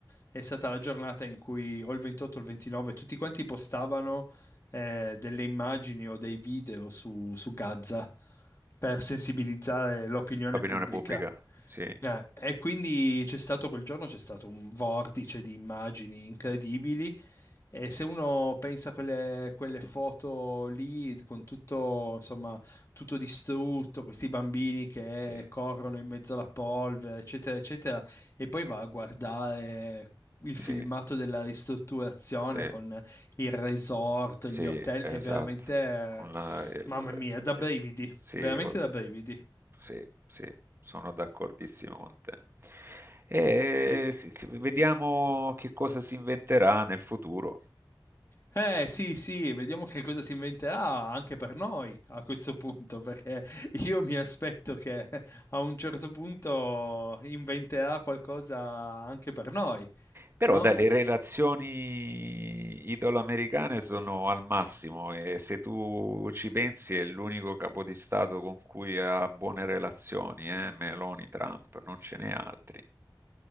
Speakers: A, on the left; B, on the right.
A: è stata la giornata in cui o il 28 o il 29 tutti quanti postavano eh, delle immagini o dei video su, su Gaza per sensibilizzare l'opinione
B: l'opinione
A: pubblica.
B: pubblica, sì,
A: Eh, e quindi c'è stato quel giorno, c'è stato un vortice di immagini incredibili. E se uno pensa a quelle, quelle foto lì con tutto, insomma, tutto distrutto, questi bambini che
B: sì,
A: corrono in mezzo alla polvere, eccetera, eccetera, e poi va a guardare il
B: sì,
A: filmato della ristrutturazione
B: sì.
A: con il resort,
B: Sì,
A: gli hotel,
B: esatto.
A: è veramente, eh,
B: Con la, il,
A: mamma mia, da brividi,
B: il- sì,
A: veramente
B: o-
A: da brividi.
B: sì, sì, sono d'accordissimo con te. E
A: E-
B: che- che- vediamo che cosa si inventerà nel futuro.
A: eh sì, sì, vediamo che cosa si inventerà anche per noi a questo punto, perché io mi aspetto che a un certo punto inventerà qualcosa anche per noi,
B: Però
A: no?
B: dai, le relazioni italo-americane sono al massimo e se tu ci pensi è l'unico capo di Stato con cui ha buone relazioni, eh? Meloni, Trump, non ce n'è altri.